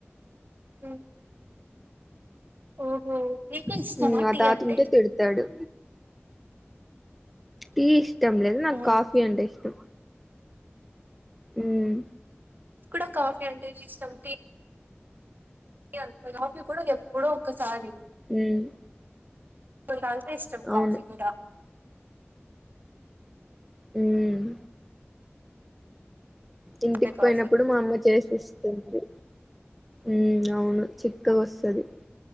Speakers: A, on the right (about 45°); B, in the centre.
A: మ్మ్ ఓహో నీకు ఇష్టమా
B: మ్మ్ మా
A: టీ
B: తాత
A: అంటే
B: ఉంటే తిడతాడు. టీ ఇష్టం లేదు. నాకు
A: ఓ
B: కాఫీ అంటే ఇష్టం. మ్మ్
A: కూడా కాఫీ అంటే ఇష్టం టీ ఆంత కాఫీ కూడా ఎప్పుడో ఒకసారి.
B: ఉమ్
A: ఇప్పుడు కాదు. ఇష్టం కాఫీ
B: అవును
A: కూడా.
B: మ్మ్ ఇంటికి
A: అంటే
B: పోయినప్పుడు
A: కాఫీ
B: మా అమ్మ చేసిస్తుంది మ్మ్ అవును చిక్కగ వస్తది